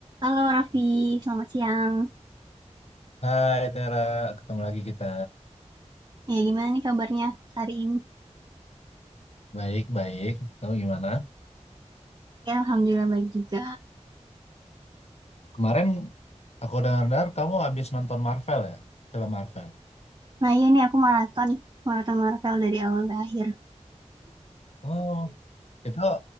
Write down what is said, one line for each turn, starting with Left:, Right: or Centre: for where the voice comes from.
Right: Halo Raffi, selamat siang.
Left: Hai Tera, ketemu lagi kita.
Right: Ya gimana nih kabarnya hari ini?
Left: Baik-baik, kamu gimana?
Right: Ya Alhamdulillah baik juga.
Left: Kemarin aku dengar-dengar kamu habis nonton Marvel ya, film Marvel.
Right: Nah iya nih aku maraton, maraton Marvel dari awal ke akhir.
Left: Oh, itu